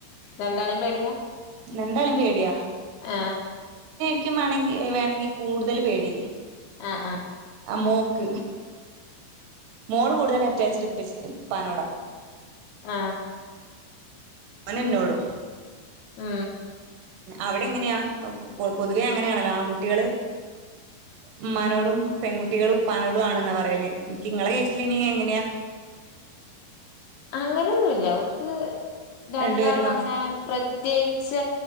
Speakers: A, on the left; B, on the right.
A: രണ്ടാളും പേടിയാ
B: എന്താലും പേടിയാ
A: ആ
B: ഇകും മേണെങ്കി എ വേണെങ്കി കൂടുതല് പേടി
A: ആ ആ
B: ആ മോക് മോള് കൂടുതല് അറ്റാച്ട് ഉപ്പച്ചി ഉപ്പാനോടാ
A: ആ
B: അവന് എന്നോടും
A: മ്
B: അവിടെ എങ്ങനെയാ പൊ പൊതുവെ അങ്ങനെയാണല്ലോ ആൺകുട്ടികള് ഉമ്മാനോടും പെൺകുട്ടികള് ഉപ്പാനോടും ആണെന്ന് പറയില്ല് ക് ഇങ്ങടെ കേസില് ഇനി എങ്ങാനെയാ
A: അങ്ങനൊന്നും ഇല്ല അവർക് രണ്ടാളും
B: രണ്ടുപേരും കംഫ്
A: അങ്ങനെ പ്രത്യേകിച്ച്